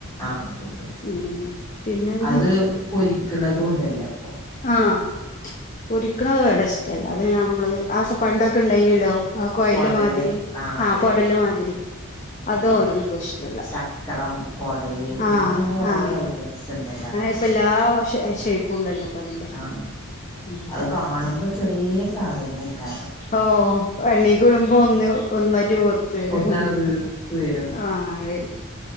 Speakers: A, on the left (about 15°); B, on the left (about 35°).
A: ആഹ് കിട്ടും
B: ഉം പിന്നെന്താ
A: അത് പൊരിക്കണതും ഉണ്ടല്ലപ്പൊ
B: ആഹ് പൊരിക്കണ വേടെ അല്ലാതും നമ്മള് ആഹ് പണ്ടൊക്കെ ഉണ്ടായിനല്ല ആഹ് കൊയില്
A: കോടല്
B: മാതിരി
A: അതെ
B: ആഹ് കൊടല് മാതിരി അതോ
A: അതൊക്കെ
B: ഓല്ക്കും ഇഷ്ടല്ല
A: ചക്രം കൊടല് പിന്നെ
B: ആഹ്
A: അങ്ങനെ കൊറേ
B: ആഹ്
A: ഐറ്റം ല്ല അങ്ങനെ
B: ഇപ്പ എല്ലാ ഷെ ഷേയ്പ്പും ഉണ്ടല്ലോ ഇപ്പ അതിന്റെ
A: ആഹ്
B: ഉം
A: അത് കാണുമ്പോ ചെറിയ സാധനേക്കാെ
B: ഓഹ് പണി കൂടുമ്പോ ഒന്ന് ഒന്നട്ട് ഓർത്ത് വരും
A: ഒന്നാണ് വീർത്ത് വരും
B: ആഹ വരും